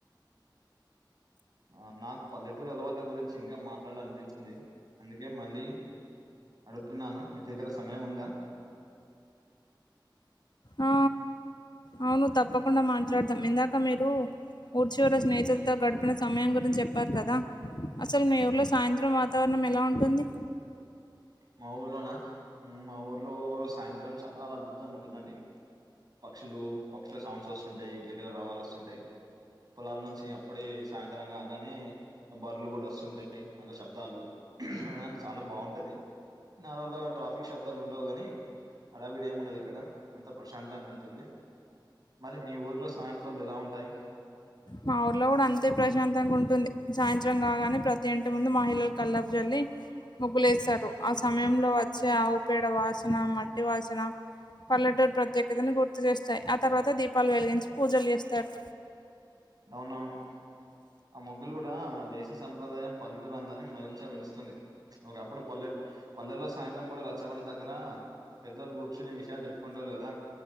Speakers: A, on the right; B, on the left.
A: ఆ నాకు పల్లెటూరు అలవాళ్ళ గురించి ఇంకా మాట్లాడ అనిపించింది అందుకే మళ్ళీ అడుగుతున్నాను మీ దగ్గర సమయం ఉందా
B: ఆ అవును తప్పకుండా మాట్లాడతాం ఇందాక మీరు ఊడ్చూర స్నేహితులతో గడిపిన సమయం గురించి చెప్పారు కదా అసలు మీ ఊర్లో సాయంత్రం వాతావరణం ఎలా ఉంటుంది
A: మా ఊర్లోనా మా ఊర్లో సాయంత్రం చాలా అద్భుతంగా ఉంటుందండి పక్షులు పక్షుల సౌండ్స్ వస్తుంటాయి గిలగిల రావాల వస్తుంటాయి పొలాల నుంచి అప్పుడే సాయంత్రం కాగానే బర్లు కూడా వస్తుంటాయి అలా శబ్దాలు అనికి చాలా బాగుంటది నార్మల్ గా ట్రాఫిక్ శబ్దాలు ఉండవు గాని అడవిడ ఏమి ఉండదు ఇక్కడ అంత ప్రశాంతంగా ఉంటుంది మరి మీ ఊర్లో సాయంత్రాలు ఎలా ఉంటాయి
B: మా ఊర్లో కూడా అంత అతే ప్రశాంతంగా ఉంటుంది సాయంత్రం కాగానే ప్రతి ఇంటి ముందు మహిళల కల్లపు జల్లి ముగ్గులేస్తారు ఆ సమయంలో వచ్చే ఆవు పేడ వాసన మట్టి వాసన పల్లెటూరు ప్రత్యేకతను గుర్తు చేస్తాయి ఆ తర్వాత దీపాలు వెలిగించి పూజలు చేస్తారు
A: అవునవును ఆ ముగ్గులు కూడా వేస సంప్రదాయం పల్లెట అంధాన్ని మరింత పెంచుతుంది ఒకప్పుడు పల్లె పల్లెల్లో సాయంత్రం కూడా రచ్చబడి దగ్గర పెద్దవాళ్ళు కూర్చునే విషయాలు చెప్పుకుంటే వాళ్ళు కదా